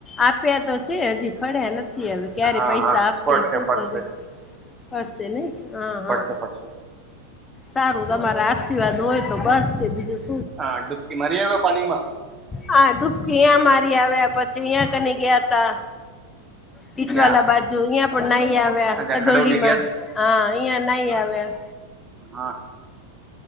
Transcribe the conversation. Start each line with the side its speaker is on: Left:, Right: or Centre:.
Left: આપ્યા તો છે અજી ફળ્યા નથી. થી આવે ક્યારે
Right: હા
Left: પૈસા
Right: હા
Left: આપશે?
Right: ફટશે
Left: શું
Right: ફટશે
Left: કરે ફરશે નઈ? હા
Right: ફટશે
Left: હા
Right: ફટશે
Left: સારું તમારા આશીર્વાદ હોય, તો બસ છે બીજું શું
Right: હા, ડૂબકી મારી આયવા પાનીમાં?
Left: હા ડૂબકી ઈયા મારી આવ્યા પછી ઈયા કને ગ્યાતા. તીટવાલા
Right: ક્યાં
Left: બાજુ ન્યા નાઈ આવ્યા,
Right: અચ્છા
Left: કડોલીમાં
Right: ખડવલી ગયા
Left: હા! ન્યા નાઈ આવ્યા.
Right: હા